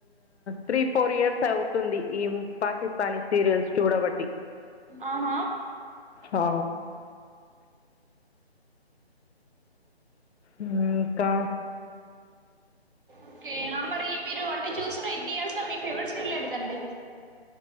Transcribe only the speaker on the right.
ఆహా
ఓకే మరి మీరు అంటే చూసిన ఇన్ని ఇయర్స్ లో మీ ఫేవరెట్ సీరియల్ ఏంటిదండి